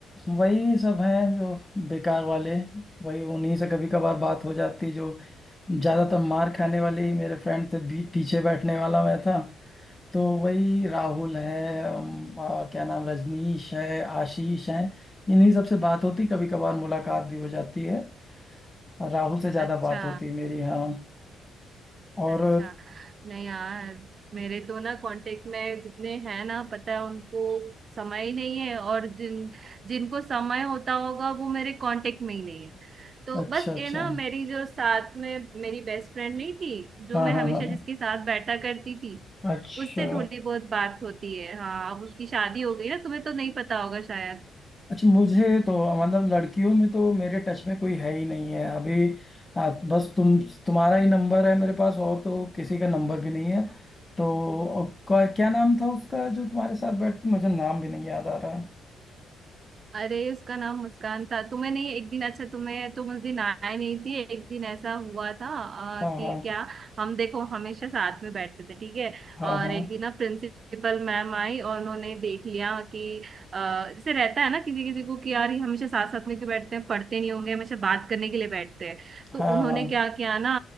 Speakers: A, on the left; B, on the right.
A: वही सब हैं जो बेकार वाले वही उन्हीं से कभी कभार बात हो जाती जो ज्यादातर मार खाने वाले ही मेरे फ्रेंड थे बी- पीछे बैठने वाला मैं था तो वही राहुल है अम, आ, क्या नाम रजनीश है आशीष है इन्हीं सब से बात होती कभी कभार मुलाकात भी हो जाती है और राहुल से ज्यादा
B: अच्छा
A: बात होती है मेरी हाँ और
B: अच्छा नहीं यार मेरे तो ना कांटेक्ट में जितने हैं ना पता है उनको समय ही नहीं है और जिन जिनको समय होता होगा वो मेरे कांटेक्ट में ही नहीं है तो
A: अच्छा
B: बस
A: अच्छा
B: ये ना मेरी जो साथ में मेरी बेस्ट फ्रेंड नहीं थी जो
A: हाँ
B: मैं
A: हाँ
B: हमेशा
A: हाँ हाँ।
B: जिसके साथ बैठा करती थी
A: अच्छा
B: उससे थोड़ी बहुत बात होती है हाँ अब उसकी शादी हो गई ना तुम्हें तो नहीं पता होगा शायद
A: अच्छा मुझे तो मतलब लड़कियों में तो मेरे टच में कोई है ही नहीं है अभी आ, बस तुम तुम्हारा ही नंबर है मेरे पास और तो किसी का नंबर भी नहीं है तो और क्या क्या नाम था उसका जो तुम्हारे साथ बैठती मुझे नाम भी नहीं याद आ रहा है
B: अरे उसका नाम मुस्कान था तुम्हें नहीं एक दिन अच्छा तुम्हें तुम उस दिन आए नहीं थी एक दिन ऐसा हुआ था अ,
A: हाँ
B: कि
A: हाँ
B: क्या हम देखो हमेशा साथ में बैठते थे ठीक है
A: हाँ
B: और
A: हाँ
B: एक दिन ना प्रिंसिपल मैम आई और उन्होंने देख लिया कि अ, जैसे रहता है ना किसी किसी को कि यार ये हमेशा साथ साथ में क्यों बैठते हैं पढ़ते नहीं होंगे हमेशा बात करने के लिए बैठते हैं
A: हाँ
B: तो उन्होंने
A: हाँ
B: क्या किया ना